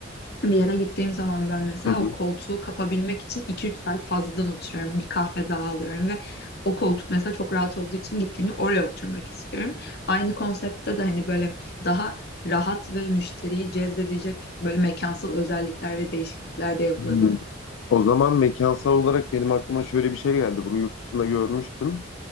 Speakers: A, on the left; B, on the left.
A: Bir yere gittiğim zaman ben mesela
B: Hı hı.
A: o koltuğu kapabilmek için iki üç saat fazladan oturuyorum. Bir kahve daha alıyorum ve o koltuk mesela çok rahat olduğu için gittiğimde oraya oturmak istiyorum. Aynı konseptte de hani böyle daha rahat ve müşteriyi cezbedecek böyle mekansal özellikler ve değişiklikler de yapılabilir.
B: Hmm. O zaman mekansal olarak benim aklıma şöyle bir şey geldi. Bunu yurt dışında görmüştüm.